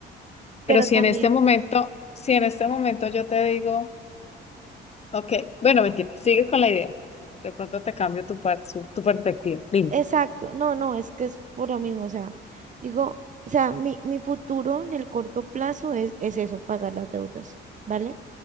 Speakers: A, on the right (about 40°); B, on the left (about 35°).
A: Pero
B: Pero si
A: también,
B: en este momento, si en este momento yo te digo... Ok, bueno, mentira, sigues con la idea. De pronto te cambio tu, par- su- tu perspectiva. Dime.
A: exacto, no, no, es que es por lo mismo, o sea, digo, o sea, mi, mi futuro en el corto plazo es, es eso, pagar las deudas, ¿vale?